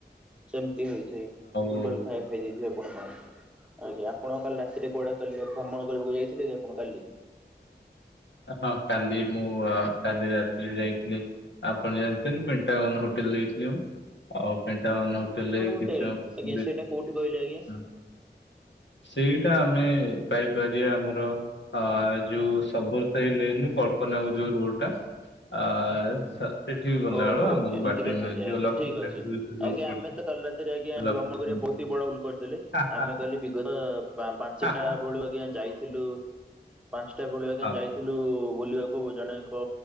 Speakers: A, in the centre; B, on the left.
A: ସେମିତି ହେଇଥାଏ ଭୁଲ
B: ହୁଁ
A: ଭାଲ ଖାଇବା ଖାଇ ଦେଇଥିବେ ଆପଣ କ'ଣ, ଆଜ୍ଞା ଆପଣ କାଲି ରାତିରେ କୁଆଡେ କାଲି ଆ ଭ୍ରମଣ କରିବାକୁ ଯାଇଥିଲେ କି ଆପଣ କାଲି?
B: ହଁ, କାଲି ମୁଁ କାଲି ରାତିରେ ଯାଇଥିଲି। ଆପଣ ଜାଣିଛନ୍ତି ପେଣ୍ଟାଗନ ହୋଟେଲ ଯାଇଥିଲି ମୁଁ। ଆଉ ପେଣ୍ଟାଗନ ହୋଟେଲରେ ବି
A: ହୋଟେଲ
B: କିଛି ସମୟ ବସିଲି,
A: ଆଜ୍ଞା ସେଇଟା କୋଉଠି କହିଲେ ଆଜ୍ଞା?
B: ହଁ। ସେଇଟା ଆମେ ପାଇପାରିବା ଆମର ଅ ଯୋଉ ସବର ସେଇ ଲେନରୁ କଳ୍ପନା କୁ ଯୋଉ ରୋଡଟା ଆ ସ ସେଠିକି ଗଲା
A: ଓହୋଃ,
B: ବେଳୁ ଆମକୁ
A: ଏମିତି
B: ବାଟରେ
A: କଥା
B: ମିଳିଯିବ
A: କି ଆଜ୍ଞା
B: ଲକ୍ଷ୍ମୀ
A: ଠିକ୍
B: ସାଗର
A: ଅଛି
B: ଯୋଉ ରୋଡ
A: ଆଜ୍ଞା
B: ପଡିଛି।
A: ଆମେ ତ କାଲି ରାତିରେ ଆଜ୍ଞା
B: ଲକ୍ଷ୍ମୀ
A: ଭ୍ରମଣ
B: ସାଗର
A: କରି ବହୁତ ତି ବଡ ଭୁଲ କରିଦେଲେ
B: ହା, ହା,
A: ଆମେ କାଲି ବିଗତ ପା ପାଞ୍ଚଟା
B: ହା,
A: ବେଳୁ ଆଜ୍ଞା ଯାଇ ଥିଲୁ ପାଞ୍ଚଟା ବେଳୁ ଆଜ୍ଞା
B: ହା,
A: ଯାଇଥିଲୁ ବୁଲିବାକୁ ଜଣେ ତ